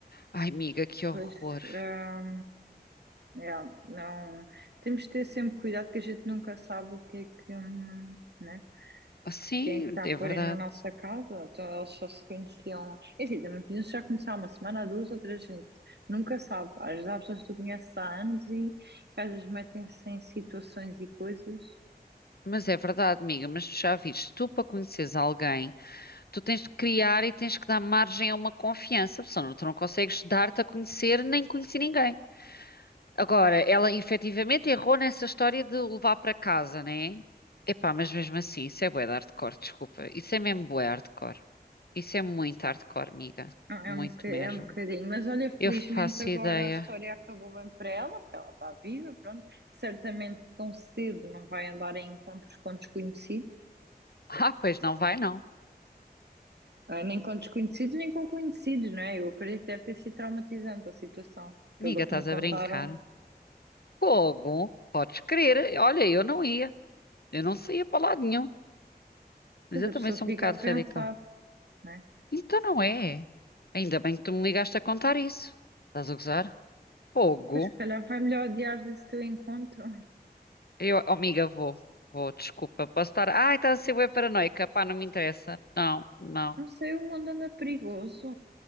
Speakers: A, on the left (about 70°); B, on the right (about 85°).
A: Ai, amiga, que horror.
B: Pois, ah, é, não, temos de ter sempre cuidado que a gente nunca sabe o que é que, hum, né?
A: Assim,
B: Quem é que está a
A: é
B: pôr
A: verdade.
B: aí na nossa casa? Então eles só se conheciam. Enfim, também podiam já começar uma semana, duas ou três, gente. Nunca sabe. Às vezes há pessoas que tu conheces há anos e que às vezes metem-se em situações e coisas.
A: Mas é verdade, amiga, mas tu já viste, tu para conheceres alguém, tu tens de criar e tens que dar margem a uma confiança, senão tu não consegues dar-te a conhecer nem conhecer ninguém. Agora, ela efetivamente errou nessa história de o levar para casa, né? Epá, mas mesmo assim, isso é bué de hardcore, desculpa. Isso é mesmo bué hardcore. Isso é muito hardcore, amiga.
B: É
A: Muito
B: é um, boca- é
A: mesmo.
B: um bocadinho. Mas olha, felizmente
A: Eu faço
B: agora
A: ideia.
B: a história acabou bem para ela, porque ela está viva, pronto. Certamente tão cedo não vai andar em encontros com desconhecidos.
A: Ah, pois não vai não.
B: Ah, Nem com desconhecidos, nem com conhecidos, não é? Eu acredito que deve ter sido traumatizante a situação, pelo
A: Amiga,
B: que
A: estás
B: me contaram.
A: a brincar? Fogo, podes crer. Olha, eu não ia. Eu não saía para lado nenhum. Mas
B: Pois
A: eu
B: a
A: também
B: pessoa
A: sou
B: fica
A: um bocado
B: a pensar,
A: radical.
B: né?
A: Então não é. Ainda bem que tu me ligaste a contar isso. Estás a gozar? Fogo.
B: Ah, Pois, se calhar vai melhor adiar esse teu encontro.
A: Eu, oh, amiga, vou. Vou, desculpa. Posso estar. Ai, estás a ser bué paranoica. Pá, não me interessa. Não, não.
B: Não sei, o mundo anda perigoso.